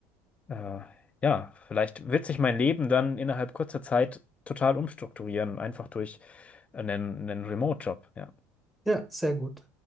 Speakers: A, on the left; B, in the centre.
A: Äh, ja, vielleicht wird sich mein Leben dann innerhalb kurzer Zeit total umstrukturieren, einfach durch einen, einen Remote-Job. Ja.
B: Ja, sehr gut.